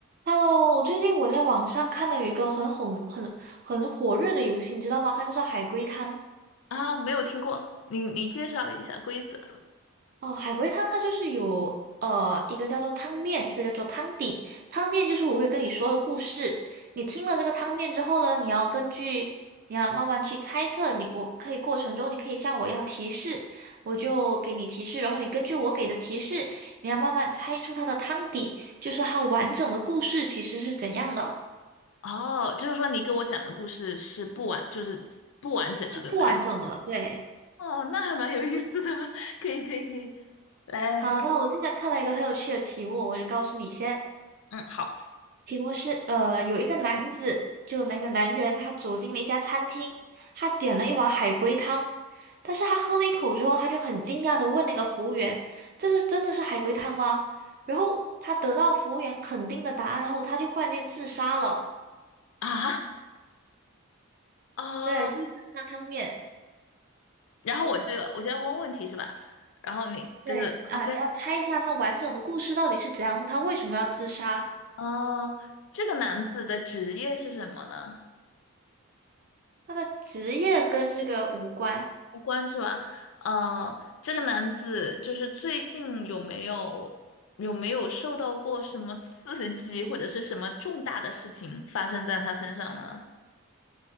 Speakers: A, on the right; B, on the left.
A: Hello，我最近我在网上看到有一个很红、很很火热的游戏，你知道吗？它叫做海龟汤。
B: 啊，没有听过，你你介绍一下规则。
A: 哦，海龟汤它就是有呃一个叫做汤面，一个叫做汤底。汤面就是我会跟你说的故事，你听了这个汤面之后呢，你要根据你要慢慢去猜测你，我可以过程中你可以向我要提示，我就给你提示，然后你根据我给的提示，你要慢慢猜出它的汤底，就是它完整的故事其实是怎样的，
B: 哦，就是说你给我讲的故事是不完，就是不完整的，
A: 是不完整的，
B: 对吧？然后，
A: 对。
B: 哦，那还蛮有意思的，<laughs> 可以可以可以，来来来看，
A: 好那我现在看到一个很有趣的题目，我就告诉你先。
B: 嗯，好
A: 题目是，呃，有一个男子，就那个男人，他走进了一家餐厅，他点了一碗海龟汤，但是他喝了一口之后，他就很惊讶的问那个服务员：“这个真的是海龟汤吗？”然后他得到服务员肯定的答案后，他就忽然间自杀了。
B: 啊啊，
A: 对，这就是他汤面。
B: 然后我就我就要问问题是吧？然后你就是
A: 对啊，
B: OK，
A: 你要猜一下他完整的故事到底是怎样的，他为什么要自杀？
B: 哦，这个男子的职业是什么呢？
A: 他的职业跟这个无关。
B: 无关是吧？嗯，这个男子就是最近有没有有没有受到过什么刺激，或者是什么重大的事情发生在他身上呢？